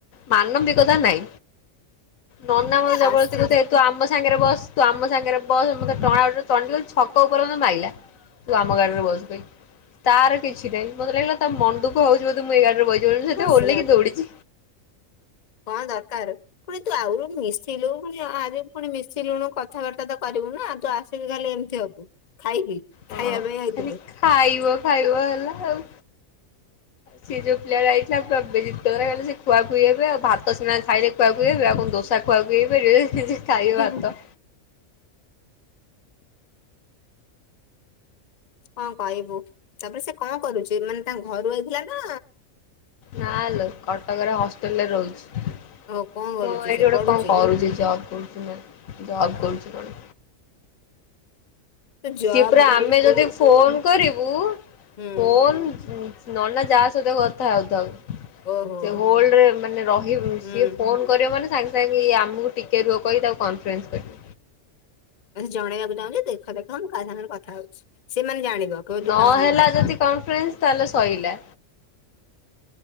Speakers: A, on the left; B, on the left.
A: ମାନବିକତା ନାଇଁ। ନନା ମତେ
B: ଏ
A: ଜବରଦସ୍ତୀ
B: ଆସିଛୁ
A: କରୁଥାଏ ତୁ ଆମ ସାଙ୍ଗରେ ବସ୍। ‌ ତୁ ଆମ ସାଙ୍ଗରେ ବସ୍। ମତେ ଟଣାଉଟରା ଛକ ଉପରେ ମତେ ମାଇଲା। ତୁ ଆମ ଗାଡ଼ିରେ ବସବେ, ତାର କିଛି ନାଇଁ ମତେ ଲାଗିଲା ତାର ମନ ଦୁଃଖ ହଉଛି ବୋଧେ ମୁଁ ଏଇ ଗାଡ଼ିରେ ବଇଛି।
B: ବସିଲାଠୁ
A: ଓଲ୍ହେଇକି ଦୋଉଡ଼ିଛି।
B: କଣ ଦରକାର୍। ପୁଣି ତୁ ଆଗୁରୁ ମିଶିଲୁ ପୁଣି ଆରେ ପୁଣି ମିଶିଲୁୁଣୁ କଥାବାର୍ତ୍ତା ତ କରିବୁ ନା, ଆଉ ତୁ ଆସ ଖାଲି ଏମିତି ହବୁ, ଖାଇବି
A: ହଁ
B: ଖାଇବା ପାଇଁ ଆଇଥିଲୁ?
A: ଖାଲି ଖାଇବ ଖାଇବ ହେଲା ଆଉ।
B: ହଁ <inaudible>
A: ସେ ଯୋଉ ପିଲା ଯାଇଥିଲା ପୁରା ବେଜିତ୍ କଲା‌, ମାନେ ସେ ଖୁଆଖୁଇ ହେବେ ଆଉ ଭାତ ସିନା ଖାଇଲେ ଖୁଆଖୁଇ ହେବେ ଆଉ କଣ ଦୋସା ଖୁଆଖୁଇ ହେବେ ଯେ ଯେ ଖାଇବେ
B: ହୁଁ
A: ଭାତ।
B: ହୁଁ ହଁ କହିବୁ, ତାପରେ ସେ କଣ କରୁଛି ମାନେ ତାଙ୍କ ଘରୁ ଆଇଥିଲା ନା
A: ନାଲୋ କଟକରେ ହଷ୍ଟେଲ୍‌ରେ ରହୁଛି। ହ
B: ଆଉ କଣ କରୁଛି
A: ଏଇଠି
B: ସେ
A: ଗୋଟେ
B: ପଢୁଛି?
A: କଣ କରୁଛି! ଜବ୍ କରୁଛି ନା ଜବ୍
B: ଓ,
A: କରୁଛି କଣ?
B: ତୁ ଜବ୍
A: ସେ ପୁରା
B: କରୁଛୁ
A: ଆମେ ଯଦି ଫୋନ୍‌ କରିବୁ
B: ହୁଁ
A: ଫୋନ୍‌ ନନା ଯାହା ସହିତ କଥା ହଉଥାଉ,
B: ଓହୋ
A: ସେ ହୋଲ୍ଡ ରେ ମାନେ ରହି
B: ହୁଁ
A: ସିଏ ଫୋନ୍‌ କରିବ ମାନେ ସାଙ୍ଗେ ସାଙ୍ଗେ ଆମକୁ ଟିକେ ରୁହ କହି ତାକୁ କନ୍‌ଫରେନ୍ସ କରିବ।
B: ବେଶି ଜଣେଇବାକୁ ଚାହୁଁଛି ଦେଖ ଦେଖ ମୁଁ କାହା ସାଙ୍ଗରେ କଥା ହଉଛି, ସେ ମାନେ ଜାଣିବ କହିବ ତୁ
A: ନହେଲା
B: କାହା ସାଙ୍ଗରେ କଥା
A: ଯଦି
B: ହଉୁଚୁ।
A: କନଫରେନ୍ସ ତାହେଲେ ଶଇଲା।